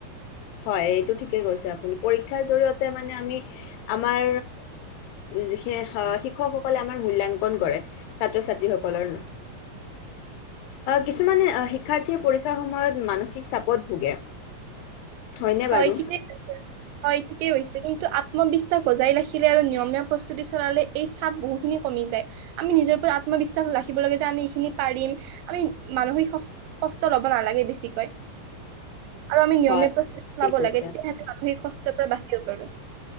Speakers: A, on the left; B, on the right.
A: হয় এইটো ঠিকে কৈছে আপুনি, পৰীক্ষাৰ জৰিয়তে মানে আমি আমাৰ যিখিনি শিক্ষকসকলে আমাৰ মূল্যাংকন কৰে ছাত্ৰ ছাত্ৰী সকলৰ, কিছুমানে শিক্ষাৰ্থীয়ে পৰীক্ষাৰ সময়ত মানসিক চাপত ভোগে হয়নে
B: হয়
A: বাৰু
B: ঠিকে হয় ঠিক হৈছে কিন্তু আত্মবিশ্বাস বজাই ৰাখিলে আৰু নিয়মীয়া প্ৰস্তুতি চলালে এই চাপ বহুখিনি কমি যায়, আমি নিজৰও আত্মবিশ্বাস ৰাখিব লাগে যে আমি এইখিনি পাৰিম আমি মানসিক কষ্ট লব নালাগে বেছিকৈ আৰু আমি নিয়মীয়া
A: হয়
B: প্ৰস্তুতি
A: ঠিক কৈছে
B: ল তেতিয়া হে মানসিক কষ্টৰ পৰা বাচিব পাৰো